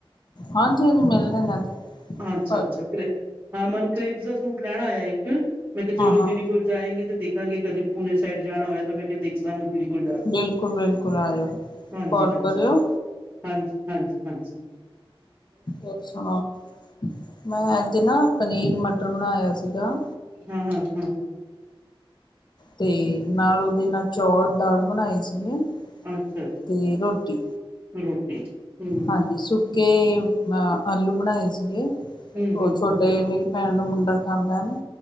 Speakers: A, on the left; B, on the right.
A: ਹਾਂਜੀ-ਹਾਂਜੀ ਮਿਲਦੇ ਨਾ ਜ-
B: ਅੱਛਾ ਅੱਛਾ ਹਾਂ ਮਨਕਰੇੇਬ ਦਾ ਸੂਟ ਲੈਣਾ ਆਇਆ ਜੀਇੱਕ ਮੈਂ ਕਿਆ ਚਲੋ
A: ਹਾਂ
B: ਦੀਦੀ ਕੋਲ ਜਾਏਂਗੇ ਤੇ ਦੇਖਾਂਗੇ ਕਦੀ ਪੂਣੇੇ ਸਾਈਡ ਜਾਣਾ ਹੋਇਆ ਤਾਂ ਮੈਂ ਕਿਆ ਦੇ <unintelligible>
A: ਬਿਲਕੁਲ ਬਿਲਕੁਲ ਆਇਓ
B: ਹਾਂਜੀ-ਹਾਂਜੀ।
A: ਕਾਲ ਕਰਿਓ
B: ਹਾਂਜੀ-ਹਾਂਜੀ-ਹਾਂਜੀ।
A: ਹੋਰ ਸੁਣਾਓ ਮੈਂ ਅੱਜ ਨਾ ਪਨੀਰ ਮਟਰ ਬਣਾਇਆ ਸੀਗਾ।
B: ਹੂੰ-ਹੂੰ-ਹੂੰ
A: ਤੇ ਨਾਲ ਓਦੇ ਨਾਲ ਚੌਲ-ਦਾਲ ਬਣਾਈ ਸੀਗੇ
B: ਅੱਛਾ ਅੱਛਾ
A: ਤੇ ਰੋਟੀ
B: ਰੋਟੀ ਹਮ
A: ਹਾਂਜੀ ਸੁੱਕੇ ਮ ਆਲੂ ਬਣਾਏ ਸੀਗੇ
B: ਹਮ
A: ਓ
B: ਹਮ
A: ਛੋਟੇ
B: ਹਮ
A: ਮੇਰੀ ਭੈਣ ਦਾ ਮੁੰਡਾ ਪਸੰਦ ਆ ਨਾ।